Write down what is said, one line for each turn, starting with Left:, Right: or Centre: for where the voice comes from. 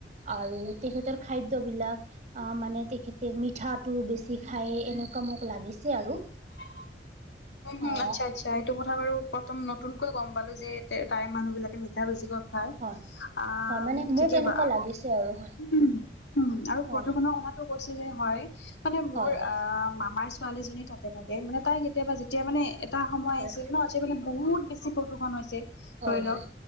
Right: আৰু তেখেতৰ খাদ্যবিলাক আহ মানে তেখেতে মিঠাটো বেছি খাই এনেকুৱা মোক লাগিছে আৰু
Left: <unintelligible> কোন হয়,
Right: অঁ
Left: আচ্ছা আচ্ছা এইটো কথা বাৰু প্ৰথম নতুনকৈ গম পালো যে তাৰে মানুহ বিলাকে মিঠা বেছিকৈ খাই
Right: হয়
Left: আ
Right: হয় মানে মোক
Left: ঠিকেই
Right: এনেকুৱা
Left: বাৰু আৰু
Right: লাগিছে আৰু হয়
Left: উম উম আৰু
Right: হয়
Left: প্ৰদূষণৰ কথাত টো কৈছো যে হয় মানে মোৰ
Right: হয় হয়
Left: আহ মামাৰ ছোৱালীজনী তাতে থাকে মানে তাই কেতিয়াবা এতিয়া মানে এটা সময়
Right: হয়
Left: আহিছিল
Right: হয়
Left: ন যিমানে বহুত বেছি প্ৰদূষণ হৈছে
Right: হয়
Left: ধৰি
Right: হয়
Left: লওক